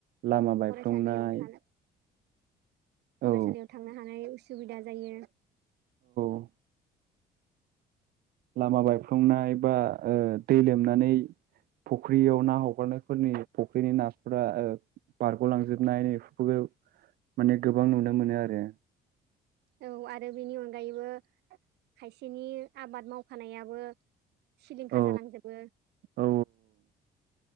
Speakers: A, on the right; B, on the right.
A: लामा बायफ्लंनाय,
B: फरायसालियाव थानो फरायसालियाव
A: औ
B: थांनो हानाय उसुबिदा जायो
A: <inaudible> लामा बायफ्लंनाय बा दै लोमनानै फुख्रियाव ना हगारनायफोरनि फुख्रिनि नाफोरा बारग'लांजोबनाय बेफोरखौ माने गोबां नुनो मोनो आरो
B: औ आरो बेनि अनगायैबो खायसेनि आबाद मावफानायाबो सिलिंखार
A: औ
B: जालांजोबो
A: औ